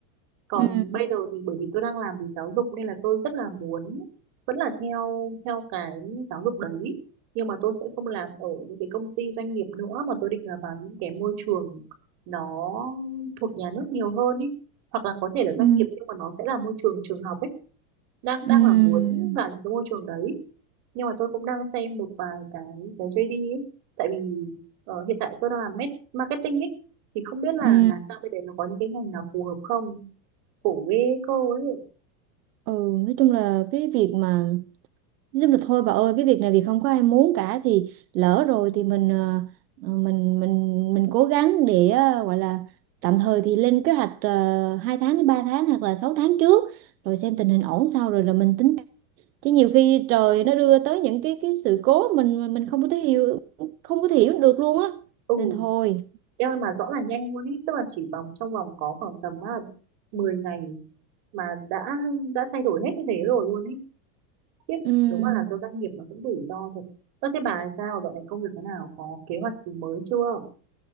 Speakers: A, on the right (about 50°); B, on the right (about 80°).
A: còn
B: ừ
A: bây giờ thì bởi vì tôi đang làm về giáo dục nên là tôi rất là muốn vẫn là theo theo cái giáo dục đấy nhưng mà tôi sẽ không làm ở những cái công ty doanh nghiệp nữa mà tôi định là vào những cái môi trường nó thuộc nhà nước nhiều hơn ý hoặc là có thể là doanh
B: ừ
A: nghiệp nhưng mà nó sẽ là môi trường trường học ấy đang đang
B: ừ
A: là muốn vào những cái môi trường đấy nhưng mà tôi cũng đang xem một vài cái cái JD ấy tại vì ờ, hiện tại tôi đang làm met- marketing ấy thì không biết là
B: ừ
A: là sang bên đấy nó có những cái ngành nào phù hợp không khổ ghê cô ấy
B: ừ nói chung là cái việc mà Nói chung là thôi bà ơi cái việc này vì không có ai muốn cả thì lỡ rồi thì mình ờ, ờ, mình mình mình cố gắng để ờ, gọi là tạm thời thì lên kế hoạch uh, 2 tháng đến 3 tháng hoặc là 6 tháng trước rồi xem tình hình ổn sau rồi là mình tính chứ nhiều khi trời nó đưa tới những cái cái sự cố mình mình không có thể hiểu không có thể hiểu được luôn á
A: ừ
B: nên thôi
A: em ơi mà rõ là nhanh luôn ấy, tức là chỉ vòng trong vòng có khoảng tầm à, 10 ngày mà đã đã thay đổi hết như thế rồi luôn ấy, tiếp
B: ừ
A: đúng là làm cho doanh nghiệp nó cũng rủi ro thật ơ thế bà sao dạo này công việc thế nào có kế hoạch gì mới chưa